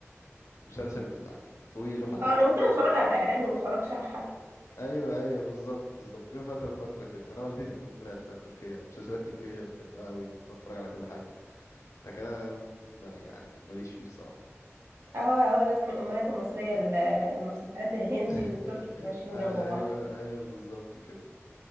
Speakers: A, on the left (about 85°); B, on the right (about 60°).
A: المسلسل كل- يعني طويل وحلقات
B: اه
A: كتير
B: انا ممكن اتفرج
A: ولا
B: على الاعلان وما اتفرجش على الحلقه
A: ايوه ايوه بالظبط بالظبط بين فتره وفتره كده انا والدتي مدمنه افلام تركيه مسلسلات تركيه بتحبها قوي بتتفرج على كل حاجه لكن انا م، لا يعني ماليش فيه بصراحه
B: اه اه لازم الامهات المصريه ال- المسلسلات الهندي
A: <laughs>
B: والتركي ماشيين
A: آه،
B: جنب بعض
A: ايوه ايوه بالظبط كده